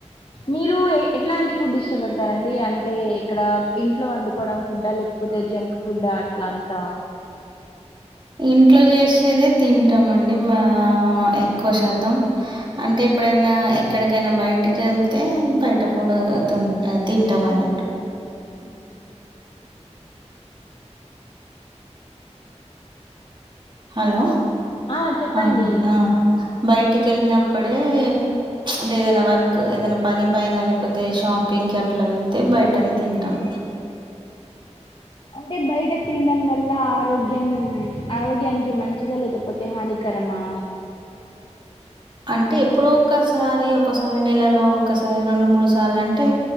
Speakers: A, on the left; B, on the right.
A: మీరు ఎ ఎట్లాంటి ఫుడ్ ఇష్టపడతారండి అంటే ఇక్కడ ఇంట్లో వండుకోవడం ఫుడ్డా లేకపోతే. పోతే జంక్ ఫుడ్ అట్లాంటా.
B: ఇంట్లో చేసేదే తింటాం అండి మా ఎక్కువ శాతం అంటే. అంటే ఎప్పుడైనా ఎక్కడికైనా బయటికి వెళ్తే బయట ఫుడ్ ఆహ్ తింటాం అన్నట్టు.
A: ఉమ్.
B: హలో
A: ఆ చెప్పండి
B: ఆహ్ ఆహ్ బయటికి వెళ్ళినప్పుడే. ప్చ్ అంటే ఏదైనా వర్క్ ఏదైనా పని పనా లేకపోతే షాపింగ్కి అట్లా వెళ్తే బయటది తింటాం.
A: అంటే బయట తినడం వల్ల ఆరోగ్యం ఆరోగ్యానికి. మంచిగా లేకపోతే హానికరమా.
B: అంటే ఎప్పుడో ఒక్కసారి ఒకసారి నెలలో ఒకసారి రెండు మూడు సార్లు అంటే